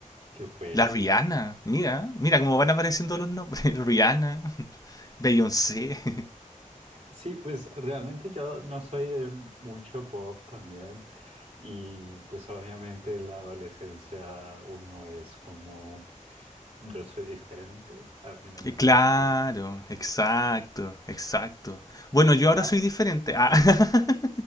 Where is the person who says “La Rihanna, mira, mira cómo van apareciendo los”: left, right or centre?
Left